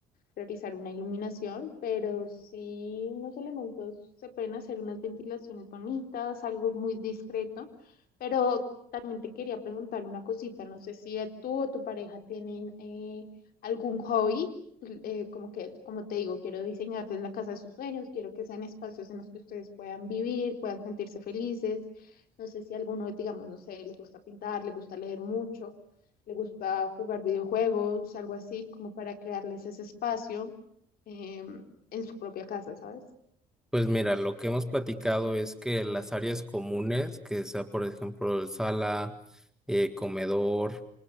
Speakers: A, on the left; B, in the centre.
A: realizar una iluminación, pero sí unos elementos, se pueden hacer unas ventilaciones bonitas, algo muy discreto, pero también te quería preguntar una cosita, no sé si tú o tu pareja tienen eh, algún hobby, eh, como que, como te digo, quiero diseñarles la casa de sus sueños, quiero que sean espacios en los que ustedes puedan vivir, puedan sentirse felices, no sé si alguno, digamos, no sé, le gusta pintar, le gusta leer mucho le gusta jugar videojuegos, algo así, como para crearles ese espacio em, en su propia casa, ¿sabes?
B: Pues mira, lo que hemos platicado es que las áreas comunes, que sea por ejemplo el sala, eh, comedor,